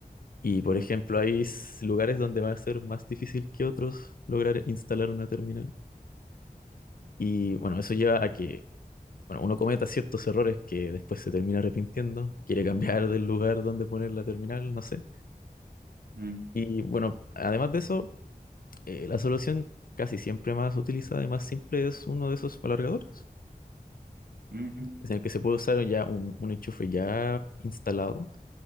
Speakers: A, on the left; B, on the right.
A: Y por
B: mm,
A: ejemplo, hay s- lugares donde va a ser más difícil que otros lograr instalar una terminal. Y bueno, eso lleva a que, bueno, uno cometa ciertos errores que después se termina arrepintiendo, quiere cambiar del lugar donde poner la terminal, no sé.
B: mm,
A: Y bueno, además de eso, eh, la solución casi siempre más utilizada y más simple es uno de esos alargadores,
B: mm,
A: es en el que se puede usar ya un, un enchufe ya instalado.